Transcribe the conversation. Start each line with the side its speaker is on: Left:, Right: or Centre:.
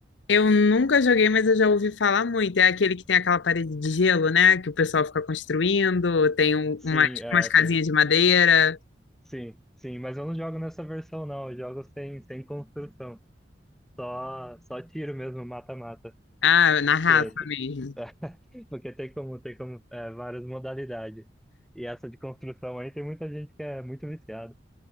Left: Eu nunca joguei, mas eu já ouvi falar muito. É aquele que tem aquela parede de gelo, né? Que o pessoal fica construindo, tem um-
Centre: Sim,
Left: uma, tipo,
Centre: é,
Left: umas casinhas
Centre: tem.
Left: de madeira.
Centre: Sim, sim, mas eu não jogo nessa versão, não. Eu jogo sem, sem construção. Só, só tiro mesmo, mata-mata.
Left: Ah, na raça
Centre: Porque,
Left: mesmo.
Centre: <laughs> porque tem como, tem como, é, várias modalidades. E essa de construção aí tem muita gente que é muito viciada.